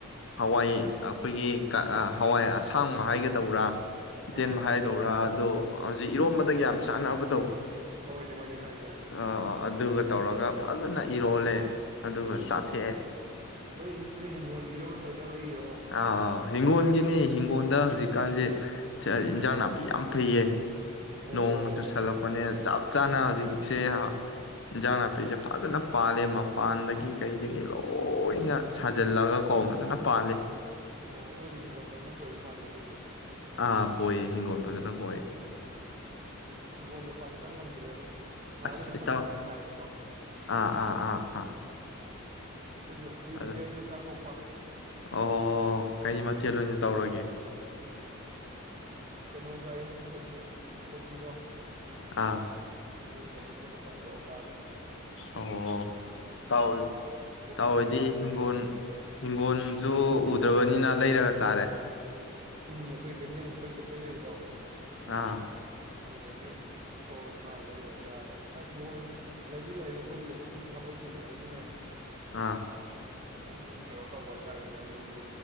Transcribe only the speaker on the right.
ꯑꯥ
ꯑꯥ ꯑꯥ
ꯍꯣꯏꯅꯦ ꯍꯣꯏꯅꯦ ꯈꯪꯉꯦ ꯈꯪꯉꯦ
ꯎꯝ
ꯅꯣꯏ ꯅꯣꯏ ꯍꯤꯡꯒꯣꯜꯒꯤꯔꯣ ꯅꯠꯇ꯭ꯔꯒ ꯂꯩꯔꯤꯔꯣ
ꯑꯣ
ꯑꯣ ꯅꯣꯏꯗꯤ ꯍꯤꯡꯒꯣꯜ ꯊꯖꯅ ꯀꯣꯏꯕ ꯃꯥꯜꯂꯦ ꯑꯗꯨꯗꯤ
ꯑꯩꯈꯣꯏꯗꯤ ꯍꯤꯡꯒꯣꯜꯒ ꯄꯥꯛ ꯆꯪ ꯉꯝꯗ꯭ꯔꯦꯗ ꯊꯥꯕꯨꯗꯤ
ꯑꯃ
ꯑꯅꯤꯕꯨꯗꯤ ꯊꯥꯏꯌꯦꯕꯀꯣ
ꯑꯩꯈꯣꯏꯁꯨ ꯀꯨꯏꯗ꯭ꯔꯤ
ꯑꯩ ꯌꯣ ꯆꯥꯛ ꯇꯣꯛꯄ <inaudible>
ꯑ ꯀꯩꯅꯣ ꯆꯥꯏꯌꯦ ꯑꯩꯈꯣꯏꯒꯤ ꯀꯣꯕꯤꯗꯣ
ꯑꯗꯨ ꯀꯣꯕꯤ ꯀꯩꯅꯣ ꯁꯛꯇꯣꯛꯑ ꯆꯥꯕ
ꯃꯥꯅ ꯑꯗꯨꯗꯤ
ꯀꯣꯕꯤ
ꯁꯥꯛ ꯆꯥꯗ ꯀꯨꯏꯔꯦꯅ
ꯎꯝ ꯑꯩꯈꯣꯏ ꯀꯩꯊꯦꯜ ꯑꯩꯈꯣꯏ ꯀꯩꯊꯦꯜ ꯂꯩꯕꯗꯣ
ꯑꯗꯨꯗꯒꯤ ꯊꯣꯛꯍꯧꯏ ꯃꯥ ꯂꯩꯔꯨꯔꯦ ꯆꯥꯔꯦ ꯑ ꯍꯤꯡꯒꯣꯜ ꯂꯩꯗꯤ ꯂꯩꯔ ꯑꯩꯈꯣꯏꯒꯤ ꯑꯗꯨꯝ ꯊꯕꯛ ꯆꯤꯟꯅꯕꯒꯤꯅꯦ
ꯑꯗꯨ ꯑꯗꯨꯝ ꯀꯩꯅꯣ ꯇꯧꯕ ꯍꯥꯏꯇꯥꯔꯦꯅꯦ ꯑꯗꯨꯒꯤ